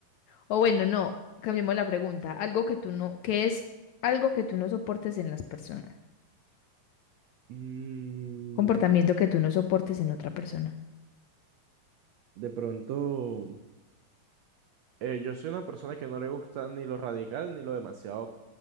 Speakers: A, on the left; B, on the right.
A: o bueno, no, cambiemos la pregunta. Algo que tú no, ¿qué es algo que tú no soportes en las personas?
B: Mm,
A: Comportamiento que tú no soportes en otra persona.
B: de pronto, eh, yo soy una persona que no le gusta ni lo radical ni lo demasiado